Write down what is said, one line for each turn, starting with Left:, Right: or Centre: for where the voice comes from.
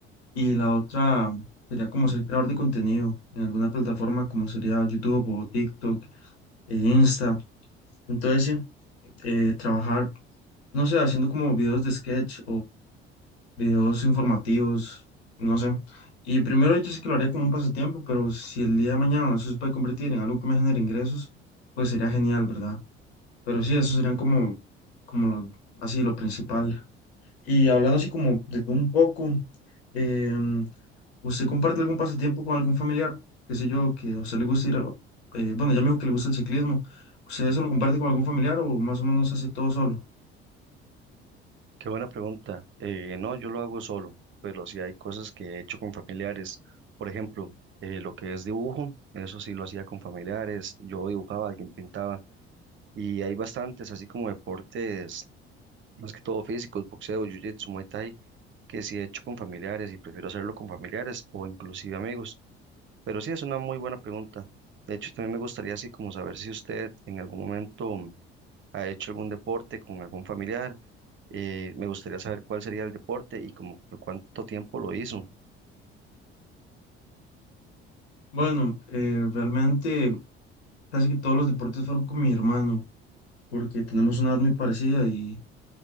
Left: Y la otra mm, sería como ser creador de contenido en alguna plataforma como sería YouTube o TikTok e Insta. Entonces sí, eh, trabajar, no sé, haciendo como videos de sketch videos informativos, no sé. Y primero yo sé que lo haría como un pasatiempo, pero si el día de mañana eso se puede convertir en algo que me genere ingresos, pues sería genial, ¿verdad? Pero sí, eso serían como, como lo- así lo principal. Y hablando así como de todo un poco, em, ¿usted comparte algún pasatiempo con algún familiar? Qué sé yo, que a usted le gusta ir, a- eh, bueno, ya me dijo que le gusta el ciclismo. ¿Usted eso lo comparte con algún familiar o más o menos hace todo solo?
Right: Qué buena pregunta. Eh, no, yo lo hago solo, pero sí hay cosas que he hecho con familiares. Por ejemplo, eh, lo que es dibujo, eso sí lo hacía con familiares. Yo dibujaba, alguien pintaba y hay bastantes, así como deportes, más que todo físicos, boxeo, jiu-jitsu, muay thai, que sí he hecho con familiares y prefiero hacerlo con familiares o inclusive amigos. Pero sí, es una muy buena pregunta. De hecho, también me gustaría así como saber si usted en algún momento mm, ha hecho algún deporte con algún familiar. Eh, me gustaría saber cuál sería el deporte y como por cuánto tiempo lo hizo.
Left: Bueno, eh, realmente casi que todos los deportes fueron con mi hermano. porque tenemos una edad muy parecida y